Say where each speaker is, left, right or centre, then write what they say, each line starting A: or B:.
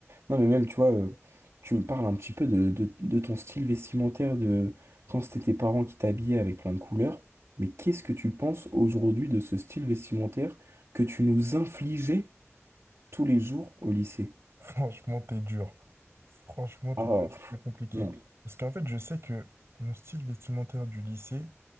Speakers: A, on the right; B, on the right.
A: Non mais même, tu vois, euh, tu me parles un petit peu de, de, de ton style vestimentaire de quand c'était tes parents qui t'habillaient avec plein de couleurs. Mais qu'est-ce que tu penses aujourd'hui de ce style vestimentaire que tu nous infligeais tous les jours au lycée?
B: <laughs> Franchement, t'es dur. Franchement, t'es
A: Oh,
B: très
A: pff,
B: très compliqué.
A: non.
B: Parce qu'en fait, je sais que mon style vestimentaire du lycée